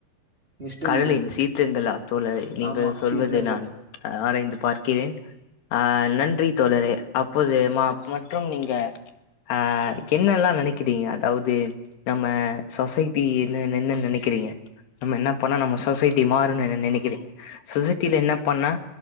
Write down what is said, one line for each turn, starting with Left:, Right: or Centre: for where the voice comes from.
Right: மிஸ்டரிகள்
Left: கடலின் சீற்றங்களா தோழரே நீங்கள்
Right: ஆமா
Left: சொல்வதை
Right: சீற்றங்கள்
Left: நான் ஆ ஆராய்ந்து பார்க்கிறேன். ஆ நன்றி தோழரே அப் போது மா அப் மற்றும் நீங்க ஆ என்னல்லா நெனை கிறீங்க அதாவுது நம்ம சொசைட்டி என்னெனென்னன் நெனக்கிறீங்க நம்ம என்ன பண்ணா நம்ம சொசைட்டி மாறுனென நெனைக்கிறீங்க சொசைட்டில என்ன பண்ணா